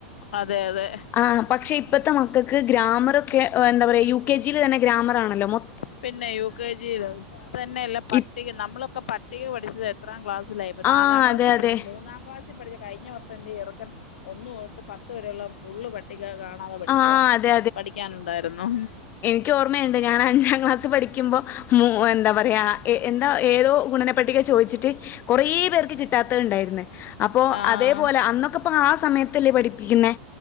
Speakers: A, on the left; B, on the left.
A: അതെ അതെ.
B: ആഹ് പക്ഷെ ഇപ്പത്തെ മക്കക്ക് ഗ്രാമറൊക്കെ എന്താ പറയാ യു കെ ജീല് തന്നെ ഗ്രാമറാണല്ലോ മൊ
A: പിന്നെ യു കെ ജി തന്നെയല്ല പ
B: ഇപ്
A: ന്നമ്മളൊക്ക പട്ടിക പഠിച്ചത് എത്രാം ക്ലാസ്സിലായിപ്പ ന്നാലാം
B: ആഹ്
A: ക്ലാസി
B: അതെ
A: പഠിച്ച
B: അതെ
A: മൂന്നാം ക്ലാസ് പഠിച്ച കഴിഞ്ഞ വർഷം ന്റെ ചെറുക്കൻ ഒന്ന് തൊട്ട് പത്ത് വരെയുള്ള ഫുള്ള് പട്ടിക കാണാത പഠിച്ചതാ
B: ആഹ് അതെ
A: പഠിക്കാനുണ്ടായിരുന്നു.
B: ക്ക്‌ ഓർമ്മയണ്ട് ഞാൻ അഞ്ചാം ക്ലാസ്സ് പഠിക്കുമ്പോ മൂ എന്താ പറയാ എ എന്താ ഏതോ ഗുണന പട്ടിക ചോയ്ച്ച്ട്ട് കൊറെ പേർ ക്ക്‌ കിട്ടാത്തത്ണ്ടായിരുന്നു അപ്പൊ
A: ആഹ്
B: അതേപോലെ അന്നക്കപ്പൊ ആ സമയത്തല്ലേ പഠിപ്പിക്കുന്നേ